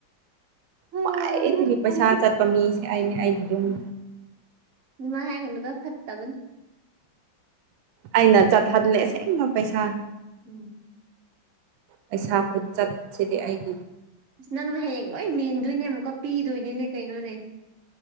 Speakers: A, on the right; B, on the right.
A: ꯍꯥ
B: ꯈ꯭ꯋꯥꯏꯗꯒꯤ ꯄꯩꯁꯥ ꯆꯠꯄ ꯃꯤꯁꯦ ꯑꯩꯅꯦ ꯑꯩꯒꯤ ꯌꯨꯝꯗ
A: ꯑꯗꯨꯃꯥꯏ ꯍꯥꯏꯒꯅꯨꯗ ꯐꯠꯇꯕꯅꯤ
B: ꯑꯩꯅ ꯆꯠꯍꯜꯂꯦ ꯑꯁꯦꯡꯕ ꯄꯩꯁꯥ
A: ꯎꯝ
B: ꯄꯩꯁꯥ ꯈꯨꯆꯠꯁꯤꯗꯤ ꯑꯩꯒꯤ
A: ꯑꯁ ꯅꯪꯅ ꯍꯌꯦꯡ ꯂꯣꯏ ꯃꯦꯟꯗꯣꯏꯅꯦ ꯑꯃꯨꯛꯀ ꯄꯤꯗꯣꯏꯅꯤꯅꯦ ꯀꯩꯅꯣꯅꯦ